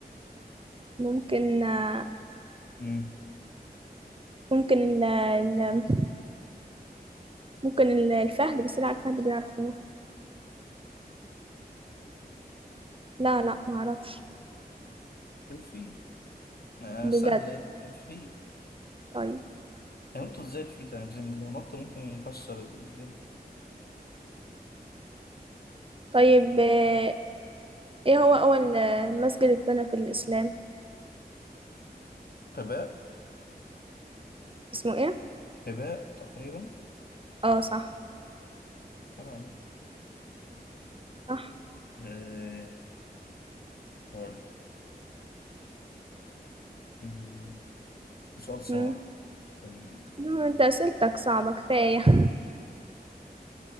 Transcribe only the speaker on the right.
ممكن آه،
ممكن ال ال- ممكن ال- الفهد بس لا الفهد بيعرف ينط لا لا ما اعرفش
بجد
طيب
طيب آه، ايه هو اول آه، مسجد اتبنى في الاسلام
اسمه ايه
اه صح
صح
مم.
لا، انت اسئلتك صعبة كفاية <laughs>